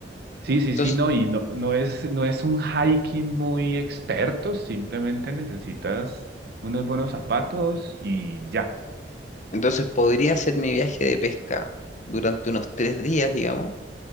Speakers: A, on the right (about 60°); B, on the left (about 45°).
A: Sí, sí,
B: Entonces,
A: sí, no, y no, no es, no es un hiking muy experto, simplemente necesitas unos buenos zapatos y ya.
B: entonces podría hacer mi viaje de pesca durante unos tres días, digamos,